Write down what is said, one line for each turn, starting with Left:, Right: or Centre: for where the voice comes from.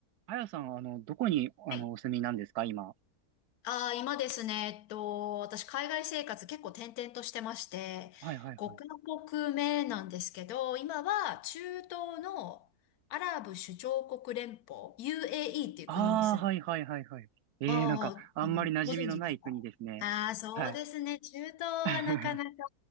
Right: あやさん、あの、どこに、あの、
Left: はい
Right: お住みなんですか、今。
Left: あー、今ですね、えっと、私、海外生活結構転々としてまして、
Right: はいはいはい。
Left: 5カ国目なんですけど、今は中東のアラブ首長国連邦、UAE っていう国に住んで、
Right: ああ、はいはいはいはい。ええ、
Left: ああ、
Right: なんか、あんまり馴染みのない国ですね。
Left: うんご存知ですかああー、そうですね。
Right: はい。
Left: 中東はなかなか、
Right: <laughs>